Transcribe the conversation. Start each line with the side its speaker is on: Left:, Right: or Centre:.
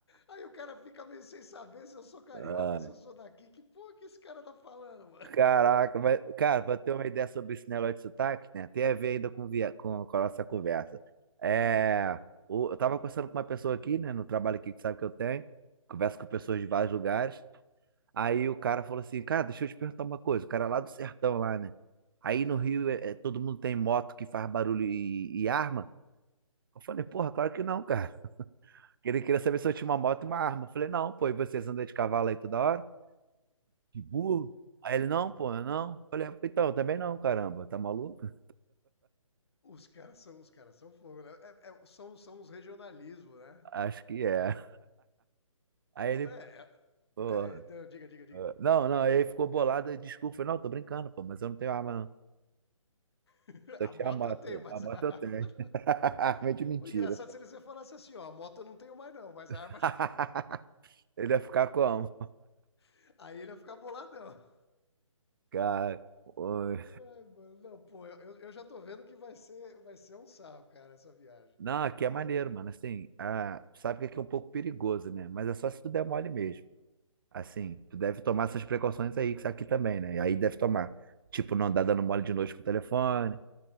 Left: Aí o cara fica meio sem saber se eu sou carioca,
Right: Ah,
Left: se eu sou daqui. Que porra que esse cara tá falando, mano?
Right: caraca, mas, cara, pra ter uma ideia sobre esse negócio de sotaque, né? Tem a ver ainda com, via, com, com a nossa conversa. É, o- eu tava conversando com uma pessoa aqui, né? No trabalho aqui que sabe que eu tenho. Converso com pessoas
Left: É,
Right: de vários lugares. Aí o cara falou assim, cara, deixa eu te perguntar uma coisa. O cara é lá do sertão lá, né? Aí no
Left: é.
Right: Rio é, é, todo mundo tem moto que faz barulho e, e arma. Eu falei, porra, claro que não, cara. <laughs> Que Ele queria saber se eu tinha uma moto e uma arma. Eu falei, não, pô, e vocês andam de cavalo aí toda hora? De burro? Aí ele, não, pô, eu não. Eu falei, "Ah, então, eu também não, caramba, tá maluco?
Left: Os caras são, os caras são fogo, né? É, é, são, são os regionalismos, né?
Right: <laughs> Acho que é. Aí
Left: Puta,
Right: ele,
Left: é,
Right: pô,
Left: é, é, não, diga, diga, diga.
Right: ah, não, não, aí ele ficou bolado, e desculpa, eu falei, não, tô brincando, pô, mas eu não tenho arma, não.
Left: <laughs>
Right: Só
Left: A
Right: tinha
Left: moto
Right: a moto,
Left: eu tenho, mas
Right: a moto
Left: a arma.
Right: eu tenho. <laughs>
Left: não.
Right: Arma de mentira.
Left: O engraçado seria se você falasse assim, ó, a moto eu não tenho mais, não, mas
Right: <laughs>
Left: a arma. tem.
Right: Ele ia ficar como?
Left: <laughs> Aí ele ia ficar boladão.
Right: Cara, oi.
Left: Ai, mano, não, pô, eu, eu já tô vendo que vai ser, vai ser um sarro, cara, essa viagem.
Right: não, aqui é maneiro, mano. Assim, ah, tu sabe que aqui é um pouco perigoso, né? Mas é só se tu der mole mesmo. Assim, tu deve tomar essas precauções aí, que aqui também, né? E aí deve tomar. Tipo, não andar dando mole de noite com o telefone,